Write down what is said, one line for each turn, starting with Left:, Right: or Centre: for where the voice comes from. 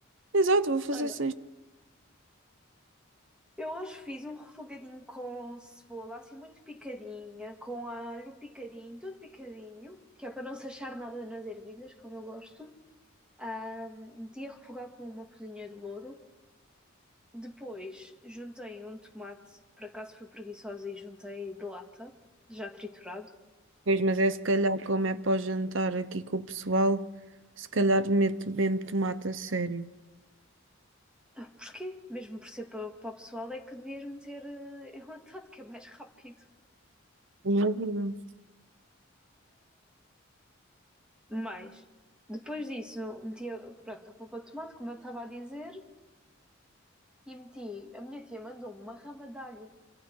Right: Exato, vou fazer
Centre: Olha,
Right: sem
Centre: Eu hoje fiz um refogadinho com cebola, assim muito picadinha, com alho picadinho, tudo picadinho, que é para não se achar nada nas ervilhas, como eu gosto. Ah, meti a refogar com uma folhinha de louro. Depois juntei um tomate, por acaso fui preguiçosa e juntei de lata, já triturado.
Right: Pois, mas é se calhar como é para o jantar aqui com o pessoal, se calhar meto mesmo tomate a sério.
Centre: Ah, porquê? Mesmo por ser para, para o pessoal, é que devias meter eh, enlatado, que é mais rápido.
Right: Não é verdade?
Centre: mas mais. depois disso, meti a- pronto, a polpa de tomate, como eu estava a dizer, e meti. A minha tia mandou-me uma rama de alho,